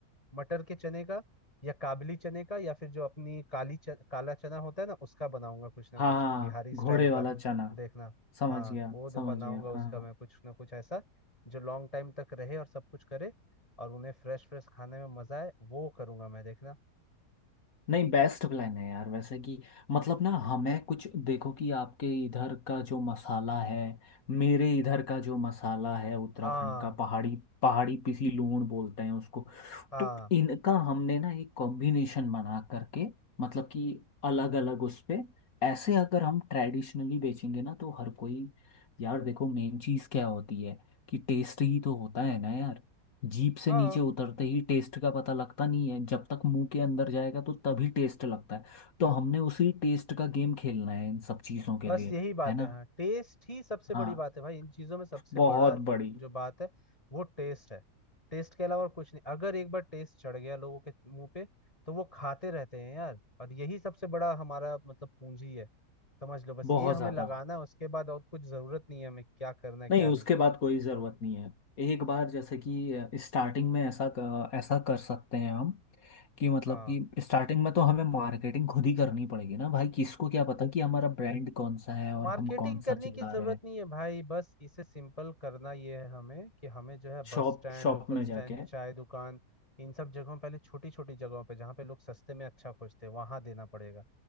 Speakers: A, on the left; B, on the left.
A: मटर के चने का या काबली चने का या फिर जो अपनी काली च, काला चना होता है ना उसका बनाऊंगा कुछ ना
B: हाँ
A: कुछ बिहारी स्टाइल
B: घोड़े वाला
A: का
B: चना
A: देखना
B: समझ
A: हाँ
B: गया
A: वो द-
B: समझ
A: बनाऊंगा
B: गया
A: उसका
B: हाँ
A: मैं कुछ ना कुछ ऐसा जो लॉन्ग टाइम तक रहे और सब कुछ करे और उन्हें फ्रेश फ्रेश खाने में मजा आए वो करूंगा मैं देखना
B: नहीं बेस्ट प्लान है यार वैसे कि मतलब ना हमें कुछ देखो कि आपके इधर का जो मसाला है मेरे इधर का जो मसाला है उत्तराखंड
A: हाँ
B: का पहाड़ी पहाड़ी पिसी लूण बोलते हैं उसको
A: हाँ
B: तो इनका हमने ना एक कॉम्बिनेशन बना करके मतलब कि अलग अलग उस पे ऐसे अगर हम ट्रेडिशनली बेचेंगे ना तो हर कोई यार देखो मेन चीज़ क्या होती है कि टेस्ट ही तो होता है ना यार जीभ से
A: हाँ
B: नीचे उतरते ही टेस्ट का पता लगता नहीं है जब तक मुंह के अंदर जाएगा तो तभी टेस्ट लगता है तो हमने उसी टेस्ट का गेम खेलना है इन सब चीज़ों के
A: बस
B: लिए
A: यही बात
B: है ना
A: है हाँ टेस्ट ही सबसे बड़ी
B: हाँ
A: बात है भाई इन चीजों में सबसे
B: बहुत
A: बड़ा
B: बड़ी
A: जो बात है वो टेस्ट है टेस्ट के अलावा और कुछ नहीं अगर एक बार टेस्ट चढ़ गया लोगों के मुंह पे तो वो खाते रहते हैं यार और यही सबसे बड़ा हमारा मतलब पूंजी है समझ लो बस
B: बहुत
A: ये हमें
B: ज़्यादा
A: लगाना है उसके बाद और कुछ जरूरत नहीं है हमें क्या करना है क्या
B: नहीं उसके
A: नहीं
B: बाद कोई ज़रूरत नहीं है एक बार जैसे कि स्टार्टिंग में ऐसा क- ऐसा कर सकते हैं हम कि मतलब
A: हाँ
B: कि स्टार्टिंग में तो हमें मार्केटिंग खुद ही करनी पड़ेगी ना भाई किसको क्या पता कि हमारा ब्रांड कौन सा है और
A: मार्केटिंग
B: हम कौन
A: करने
B: सा चला
A: की जरूरत
B: रहे हैं
A: नहीं है भाई बस इसे सिंपल करना ये है हमें कि हमें जो है बस
B: शॉप
A: स्टैंड
B: शॉप
A: लोकल
B: में
A: स्टैंड
B: जाके
A: चाय दुकान इन सब जगहों पहले छोटी छोटी जगहों पे जहाँ पे लोग सस्ते में अच्छा खोजते हैं वहां देना पड़ेगा